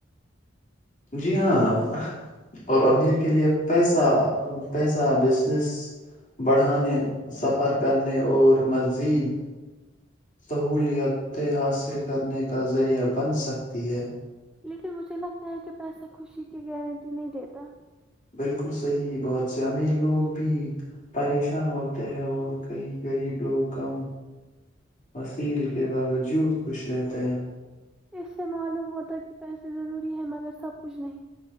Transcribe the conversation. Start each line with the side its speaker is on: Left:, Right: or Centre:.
Left: جی ہاں اور امیر کے لیے پیسہ پیسہ بزنس بڑھانے سفر کرنے اور مزید سہولیات حاصل کرنے کا ذریعہ بن سکتی ہے
Centre: لیکن مجھے لگتا ہے کہ پیسہ خوشی کی گارنٹی نہیں دیتا
Left: بالکل صحیح بہت سے امیر لوگ بھی پریشان ہوتے ہیں اور کئی غریب لوگ کم وسیل کے باوجود خوش رہتے ہیں
Centre: اس سے معلوم ہوتا کہ پیسے ضروری ہے مگر سب کچھ نہیں